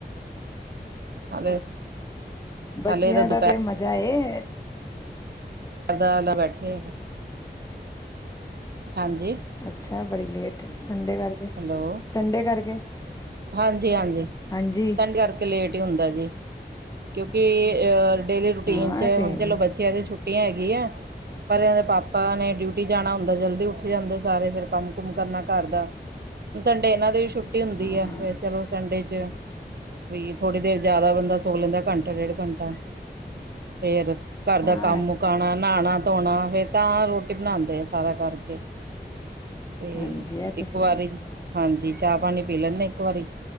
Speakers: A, on the right (about 65°); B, on the left (about 20°).
A: ਹਾਲੇ
B: ਬੱਚਿਆਂ
A: ਹਾਲੇ ਤਾਂ ਦੁਪਹਿਰ
B: ਦਾ ਤੇ ਮਜ਼ਾਏ ਹ।
A: ਕਰਦਾਦਾ ਬੈਠੇ ਆ ਹਾਂਜੀ।
B: ਅੱਛਾ ਬੜੀ ਲੇਟ। ਸੰਡੇ ਕਰਕੇ
A: ਹੈਲੋ
B: ਸੰਡੇ ਕਰਕੇ
A: ਹਾਂਜੀ ਹਾਂਜੀ
B: ਹਾਂਜੀ
A: ਸੈਂਡ ਕਰਕੇ ਲੇਟ ਹੀ ਹੁੰਦਾ ਜੀ। ਕਿਉਂਕਿ ਇਹ ਅਹ ਡੇਲੀ ਰੂਟੀਨ
B: ਹਾਂ
A: ਚ
B: ਇਹ ਤੇ
A: ਹੁਣ
B: ਹੈ ਹੀ
A: ਚਲੋ
B: ਹੈ
A: ਬੱਚਿਆਂ ਦੀ ਛੁੱਟੀ ਛੁੱਟੀ ਹੈਗੀ ਆ ਪਰ ਇਹ ਦੇ ਪਾਪਾ ਨੇ ਡਿਊਟੀ ਜਾਣਾ ਹੁੰਦਾ ਜਲਦੀ ਉੱਠ ਜਾਂਦੇ ਸਾਰੇ ਫਰ ਕੰਮ ਕੁਮ ਕਰਨਾ ਘਰ ਦਾ ਸੰਡੇ ਇਹਨਾਂ ਦੇ ਛੁੱ ਰੁਟੀ ਹੁੰਦੀ
B: ਹਾਂ
A: ਹੈ ਫਿਰ ਚਲੋ ਸੰਡੇ 'ਚ ਵੀ ਥੋੜੀ ਦੇਰ ਜ਼ਿਆਦਾ ਬੰਦਾ ਸੁੱਕ ਲੈਂਦਾ ਘੰਟਾ ਡੇਢ ਘੰਟਾ ਫਰ ਘਰ
B: ਹਾਂ
A: ਦਾ ਕੰਮ ਮੁਕਾਉਣਾ ਨਹਾਣਾ ਧੋਣਾ ਫੇਰ ਤਾਂ ਰੋਟੀ ਬਣਾਉਦੇ ਆ ਸਾਰਾ ਕਰਕੇ ਤੇ
B: ਹਾਂਜੀ ਇਹ ਤੇ
A: ਇੱਕ
B: ਹੈ
A: ਵਾਰੀ
B: ਹੀ
A: ਹਾਂਜੀ ਚਾਹ ਪਾਣੀ ਪੀ ਲੈਂਦੇ ਇੱਕ ਵਾਰੀ